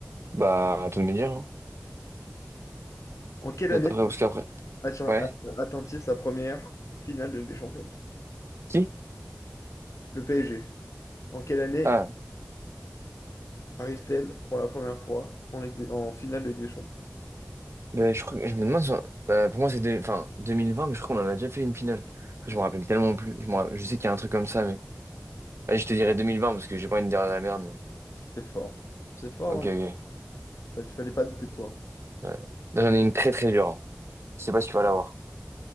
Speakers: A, on the right; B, on the left.
A: Bah, à toi de me dire, hein.
B: En quelle
A: J'attendrai
B: année?
A: parce après
B: Atten-
A: Ouais.
B: Atteint-il sa première finale de Ligue des Champions?
A: Qui?
B: Le PSG. En quelle année
A: Ah,
B: arrive-t-elle pour la première fois en, Ligue des- en finale de Ligue des Champions?
A: bah, je crois, je me demande, si on- bah, pour moi c'est deux- enfin, 2020, mais je crois qu'on en a déjà fait une finale. Je me rappelle tellement plus. Je, me ra- je sais qu'il y a un truc comme ça, mais. Ah, je te dirais 2020 parce que j'ai pas une dernière la merde, mais.
B: C'est fort. C'est fort,
A: Ok,
B: non?
A: ok.
B: Il fallait pas douter de toi.
A: Ouais. Là, j'en ai une très très dure. hein. Je sais pas si tu vas l'avoir.